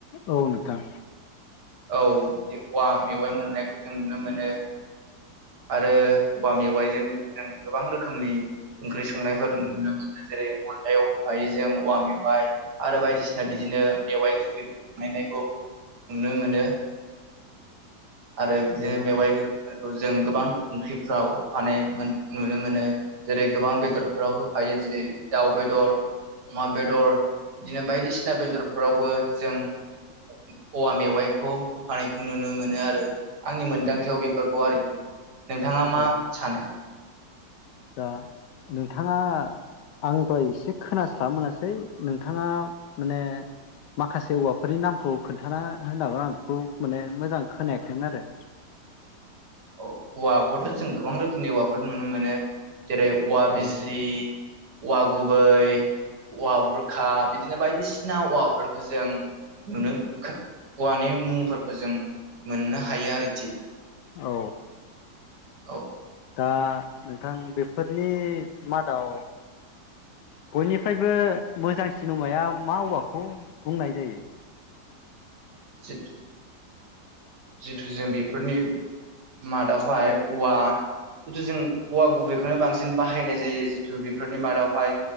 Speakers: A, on the left; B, on the right.
A: औ नोथां।
B: औ बि औवा मेवाइ मोननायखौ जों नुनो मोनो आरो औवा मेवाइजों जों गोबां रोखोमनि ओंख्रि संनायफोर नुनो मोनो जेरै अनलायाव हाय जों औवा मेवाइ आरो बायदिसिना बिदिनो मेवाइ गोखै खायनायखौ नुनो मोनो। आरो बिदिनो
A: औ
B: मेवाइ गोखै जों गोबां ओंख्रिफ्राव होफानाय नुनो मोनो जेरै गोबां बेदरफोराव होफायो जेरै दाउ बेदर अमा बेदर बिदिनो बायदिसिना बेदरफोरावबो जों औवा मेवाइखौ होफानायखौ नुनो मोनो आरो आंनि मोनदांथियाव बेफोरखौ आरोखि नोंथाङा मा
A: औ
B: सानो?
A: दा नोंथाङा आंबो एसे खोनास्लाब मोनासै नोंथाङा माने माखासे औवाफोरनि नामखौ खोन्थाना होनांगोन आं बेखौ माने मोजां खोनायाखैमोन आरो
B: औ औवाखौथ' जों गोबां रोखोमनि औवाफोर नुनो मोनो। जेरै औवा
A: आरो
B: बिजलि औवा गुबै औवा बुरखा बिदिनो बायदिसिना औवाफोरखौ जों नुनो औवानि मुंफोरखौ जों मोननो हायो आरो थि
A: औ।
B: औ।
A: दा नोंथां बेफोरनि मादाव बयनिफ्रायबो मोजां सिनेमाया मा औवाखौ बुंनाय जायो?
B: जितु जितु जों बेफोरनि मादावहाय औवा जितु जों औवा गुबैखौनो बांसिन बाहायनाय जायो जिथु बेफोरनि मादावहाय